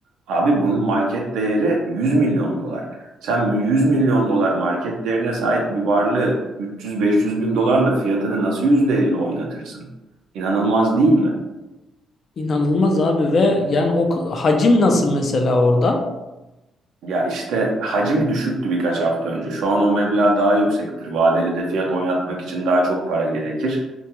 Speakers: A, on the right (about 80°); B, on the left (about 50°).
A: Abi bunun market değeri 100 milyon dolar. Sen 100 milyon dolar market değerine sahip bir varlığı 300-500 bin dolarla fiyatını nasıl %50 oynatırsın? İnanılmaz değil mi?
B: İnanılmaz abi ve yani o k- hacim nasıl mesela orada?
A: Ya işte hacim düşüktü birkaç hafta önce. Şu an o meblağ daha yüksektir. Vadeli de fiyat oynatmak için daha çok para gerekir.